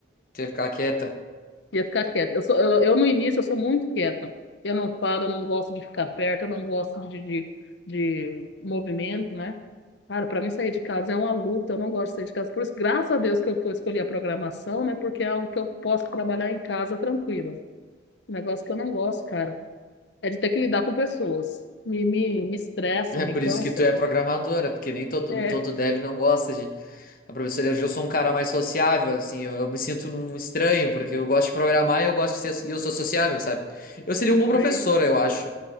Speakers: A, on the left (about 50°); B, on the left (about 70°).
A: ter ficar quieta.
B: Ia ficar quieta. Eu, sou, eu, eu, no início, eu sou muito quieta. Eu não falo, eu não gosto de ficar perto, eu não gosto de, de, de movimento, né? Cara, para mim sair de casa é uma luta, eu não gosto de sair de casa. Por isso, graças a Deus que eu, que eu escolhi a programação, né? Porque é algo que eu posso trabalhar em casa tranquila. Um negócio que eu não gosto, cara, é de ter que lidar com pessoas. Me, me, me estressa,
A: É
B: me
A: por
B: cansa.
A: isso que tu é programadora, porque nem todo,
B: É,
A: todo dev não gosta de. A professora, eu sou um cara mais sociável, assim, eu, eu me sinto num estranho, porque eu gosto de programar e eu gosto de ser, e eu sou sociável, sabe? Eu seria um bom
B: aí,
A: professor, eu acho,